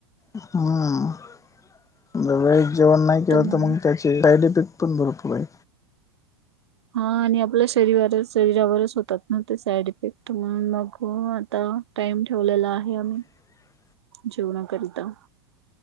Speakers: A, on the left; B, on the right.
A: हा <inaudible> वेळेत जेवण नाही केंवा
B: त्यामुळे
A: तर मग त्याचे साईड इफेक्ट पण भरपूर आहे.
B: हा आणि आपल्या शरीराच शरीरावरच होतात ना ते साईड इफेक्ट म्हणून मग आता. टाइम ठेवलेला आहे आम्ही.
A: <inaudible>
B: जेव ना करीता.